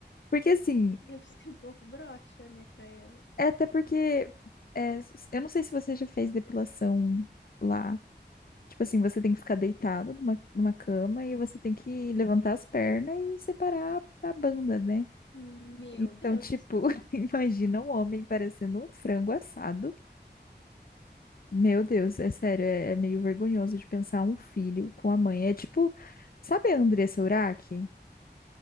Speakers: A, on the left (about 55°); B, on the left (about 80°).
A: Porque assim,
B: deve ser um pouco broxa, né, pra ela.
A: é até porque é, eu não sei se você já fez depilação lá. Tipo assim, você tem que ficar deitado numa, numa cama e você tem que levantar as pernas e separar a banda, né?
B: Meu
A: Então,
B: Deus
A: tipo,
B: do céu.
A: <laughs> imagina um homem parecendo um frango assado. Meu Deus, é sério, é, é meio vergonhoso de pensar um filho com a mãe. É tipo, sabe a Andressa Urach?